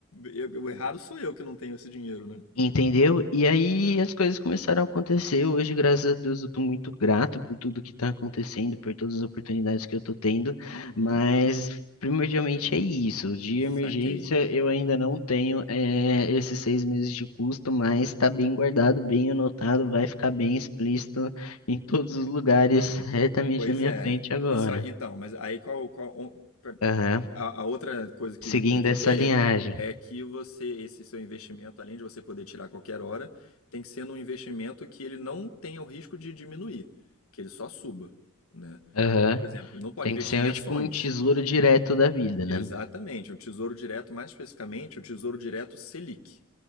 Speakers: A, on the left; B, on the left.
A: eu- o errado sou eu que não tenho esse dinheiro, né?
B: Entendeu? E aí
A: É.
B: as coisas começaram a acontecer. Hoje, graças a Deus, eu tô muito grato por tudo que tá acontecendo, por todas as oportunidades que eu tô tendo,
A: Uhum,
B: mas primordialmente é isso. De emergência,
A: saquei.
B: eu ainda não tenho eh, esses seis meses de custo, mas tá bem guardado, bem anotado, vai ficar bem explícito em todos os lugares, <laughs> retamente
A: Pois
B: na minha
A: é,
B: frente agora.
A: isso aí, então, mas aí qual, qual on- pra-
B: Aham,
A: a, a outra coisa que
B: seguindo
A: tem que
B: essa
A: ter
B: linhagem.
A: é que você, esse seu investimento, além de você poder tirar a qualquer hora, tem que ser num investimento que ele não tenha o risco de diminuir, que ele só suba, né?
B: Aham.
A: Então, por exemplo, não pode
B: Tem
A: investir
B: que ser
A: em ações,
B: tipo um tesouro direto da vida,
A: Exatamente,
B: né?
A: o Tesouro Direto, mais especificamente, o Tesouro Direto Selic,